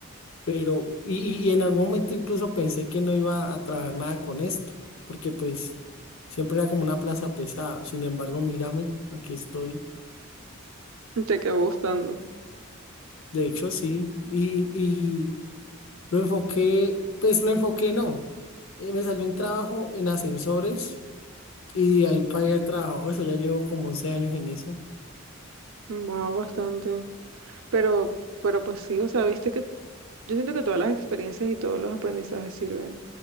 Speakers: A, on the left; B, on the right.
A: Pero, y, y- en algún momento incluso pensé que no iba a trabajar nada con esto, porque pues siempre era como una plaza pesada. Sin embargo, mírame, aquí estoy.
B: Te quedó gustando.
A: De hecho, sí. Y, y lo enfoqué, pues lo enfoqué, no. Eh, me salió un trabajo en ascensores y de ahí para allá he trabajado eso. Ya llevo como 11 años en eso.
B: wow bastante. Pero, pero pues sí, o sea, viste que yo siento que todas las experiencias y todos los aprendizajes sirven.